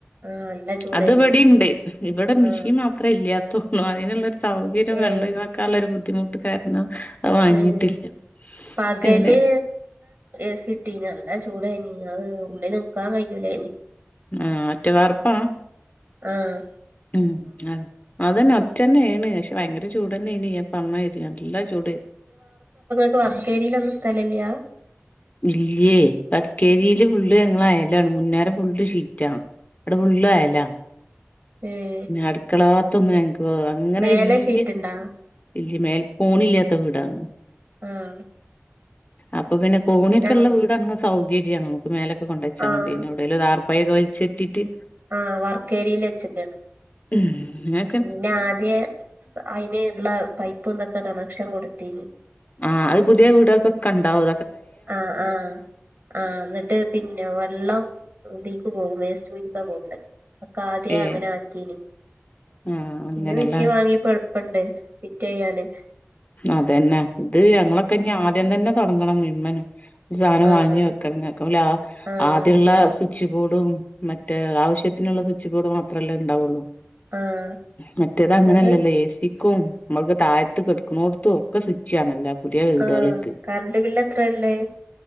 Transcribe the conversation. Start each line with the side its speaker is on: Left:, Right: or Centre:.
Right: ആ നല്ല ചൂടായിന്
Left: അത് ഇവിടെ ഉണ്ട് ഇവിടെ മിഷീൻ
Right: ആ
Left: മാ അത്ര ഇല്ലാത്തള്ളൂ അതിനുള്ളൊരു സൗകര്യം
Right: ഏ
Left: വെള്ളം ഇതാക്കാനുള്ള ഒരു ബുദ്ധിമുട്ട് കാരണം അത് വാങ്ങിയിട്ടില്ല.
Right: ഉം പകല്
Left: അങ്ങനെ
Right: ഏ സി ഇട്ടിന് നല്ല ചൂടായിനി അത് ഉള്ളിൽ നിക്കാൻ കഴിയൂലായിന്
Left: ആ ഒറ്റ വാർപ്പാ
Right: ആഹ്
Left: ഉം അ അതന്നെ ഒറ്റന്നെ ആണ് പക്ഷെ ഭയങ്കര ചൂട് തന്നെ ആണ് സമയില്ലാ നല്ല ചൂട്
Right: വർക്ക്‌ ഏരിയൽ ഒന്നും സ്ഥലം ഇല്ല
Left: ഇല്ലേ വർക്ക്‌ ഏരിയൽ ഫുള്ള് ഞങ്ങള അയലാണ് മുന്നേരം ഫുള്ള് ഷീറ്റ് ആണ് അവിടെ ഫുള്ള് എല്ലാം
Right: ഉം
Left: അടുക്കളഭാഗത്തൊന്നും ഞങ്ങക്ക് പോ അങ്ങനെ
Right: മേലെ
Left: വല്യ
Right: ഷീറ്റ്ണ്ടാ
Left: ഇല്ല മേൽ കോണില്ലാത്ത വീടാണ്
Right: ആഹ്
Left: അപ്പൊ പിന്നെ കോണിയൊക്കെ
Right: ഞ
Left: ഉള്ള വീടാണ് സൗകര്യം മേലക്ക് കൊണ്ടെച്ചാ
Right: ആഹ്
Left: മതി എവിടേലും താർപ്പായൊക്കെ വലിച്ചു കെട്ടിട്ട്
Right: ആഹ്‌ വർക്കേരിയൽ വെച്ചക്കാണ്
Left: ഉം
Right: പിന്നെ ആദ്യ അയിന് ഉള്ള പൈപ്പ്ന്തൊക്കെ കണക്ഷൻ കൊടുത്തീന്
Left: ആഹ് അത് പുതിയ വീടൊക്കൊണ്ടാവു
Right: ആഹ് ആഹ് ആഹ് എന്നിട്ട് പിന്നെ വെള്ളം ഇതീക്ക് പോകും വേസ്റ്റ് കുഴിക്ക പോണ്ടെ അതക്ക ആദ്യ
Left: ഏഹ്
Right: അങ്ങനെ ആക്കീന്
Left: ആഹ് അങ്ങനല്ലേ
Right: പിന്നെ മിഷിയൻ വാങ്ങിപ്പോ എളുപ്പണ്ട് ഫിറ്റ്‌ ചെയ്യാന്
Left: അതന്നെ ഇത് ഞങ്ങളൊക്കെ ഇനി ആദ്യം തന്നെ തുടങ്ങണം മിമ്മന് സാധനം
Right: ആഹ്
Left: വാങ്ങി വെക്കണം
Right: ആഹ്
Left: ആദ്യമുള്ള സു സ്വിച്ച് ബോഡും മറ്റേ ആവശ്യത്തിനുള്ള സ്വിച്ച് ബോർഡ് മാത്രമല്ലേ ഉണ്ടാവുള്ളൂ
Right: ആഹ്
Left: മറ്റേത് അങ്ങനെല്ലല്ലോ
Right: ഇങ്ങക്ക്
Left: ഏ സിക്കും നമ്മൾക്ക് താഴത്ത് കെടുക്കണോടുത്തും ഒക്കെ സ്വിച്ച് ആണല്ലോ പുതിയ വീടുകൾക്ക്
Right: ആഹ് കറണ്ട് ബില്ല് എത്രയള്ളേ